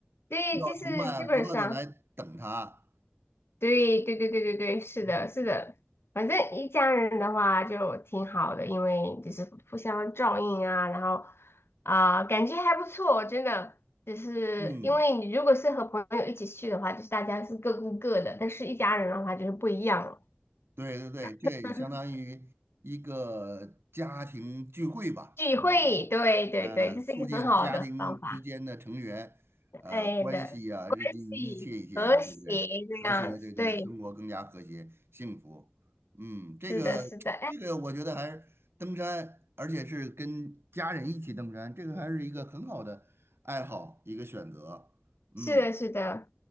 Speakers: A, on the left; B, on the right.
A: 对，
B: 需要同伴不断的来等他。
A: 就是基本上，对对对对对对，是的，
B: 嗯
A: 是的，反正一家人的话就挺好的，因为就是互相照应啊，然后啊、感觉还不错，真的。只是因为你如果是和朋友一起去的话，
B: 嗯，
A: 就是大家是各顾各的，但是一家人的话就是不一样了。
B: 对对对，这也相当于一个家庭聚会吧，
A: <laughs> 聚会，
B: 是吧？
A: 对对对，
B: 嗯，
A: 这是一个很好的方法，
B: 促进家庭之间的成员呃关系啊日益密切一些啊，
A: 哎的，关系和谐这样子，
B: 对不对？和谐，对对，
A: 对，
B: 生活更加和谐幸福。嗯，这个这个我觉得还是登山，
A: 是的，是的。
B: 而且是跟家人一起登山，这个还是一个很好的爱好，一个选择。嗯，
A: 是的，是的，